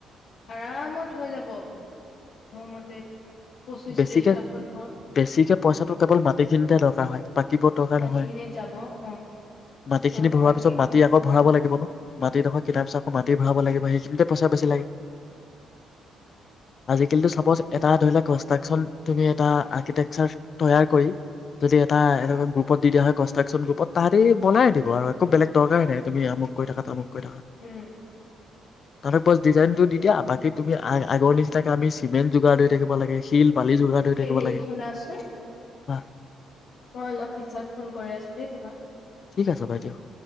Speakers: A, on the left; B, on the left.
A: আৰামত হৈ যাব মোৰ মতে পঁচিশ
B: বেছিকে
A: ত্ৰিশ লাখত ঘৰ।
B: বেছিকে পইচাটো কেৱল মাটিখিনিতে দৰকাৰ হয় বাকীবোৰত দৰকাৰ
A: মাটিখিনিত
B: নহয়
A: যাব অ
B: মাটিখিনি
A: ত'
B: ভৰাৰ
A: বাকী
B: পিছত
A: ঘৰটো
B: মাটি আকৌ
A: হৈ
B: ভৰাব
A: যাব
B: লাগিব ন মাটিডোখৰ কটাৰ পিছত আকৌ মাটি ভৰাব লাগিব সেইখিনিতেই পইচা বেছি লাগে।
A: উম সেইটোই।
B: আজিকালিটো চাপজ এটা ধৰি লক কষ্ট কনষ্ট্ৰাক্যন তুমি এটা আৰ্কিটেকচাৰ তৈয়াৰ কৰি যদি এনেকুৱা গ্ৰুপত দি দিয়া হয় কনষ্ট্ৰাকশন গ্ৰুপত তাহাতি বনাই দিব আৰু একো বেলেগ দৰকাৰ হয় নাই তুমি আমুক কৈ থাকা তামুক কৈ থাকাঁ।
A: উম।
B: তাৰেপাছ ডিজাইনতটো দি দিয়া বাকী তুমি আগৰ নিচিনাকে আমি চিমেণ্ট যোগাৰ দি কৰিব লাগে শিল বালি যোগাৰ হৈ
A: হেৰি
B: থাকিব লাগে।
A: শুনাচোন
B: হ
A: অ' মই অলপ পিছত ফোন কৰি আছোঁ দেই তোমাক।
B: ঠিক আছে বাৰু দিয়ক